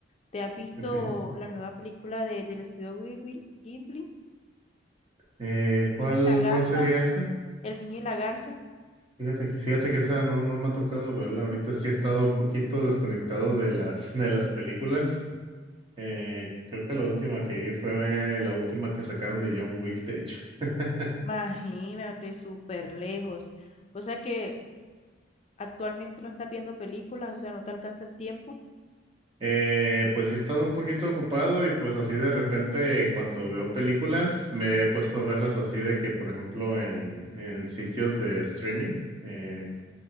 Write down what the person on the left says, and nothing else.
¿Te has visto
la nueva película de- del estudio Ghibli? Ghibli?
El
niño y la garza.
El niño y la garza.
Imagínate, súper lejos. O sea que actualmente no estás viendo películas, o sea, no te alcanza el tiempo.